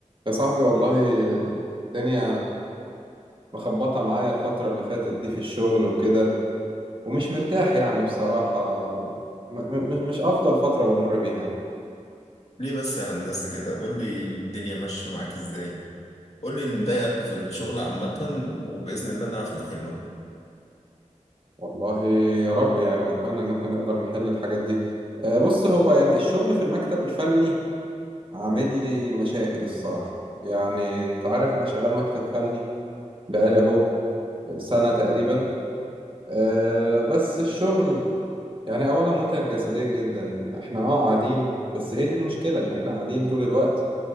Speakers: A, on the right; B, on the left.
A: يا صاحبي والله الدنيا مخبطة معايا الفترة اللي فاتت دي في الشغل وكده ومش مرتاح يعني بصراحة م- م- مش مش أفضل فترة بمر بيها يعني
B: ليه بس يا هندسة كده قول لي الدنيا ماشية معاك ازاي قول لي اللي مضايقك في الشغل عامة وبإذن الله نعرف نحله
A: والله يا رب يعني أتمنى إن احنا نقدر نحل الحاجات دي آه، بص هو يعني الشغل في المكتب الفني عامل لي مشاكل الصراحة يعني أنت عارف أنا شغال مكتب فني بقالي أهو سنة تقريبا آه، بس الشغل يعني اولا متعب جسديا جدا احنا اه قاعدين بس هي دي المشكله ان احنا قاعدين طول الوقت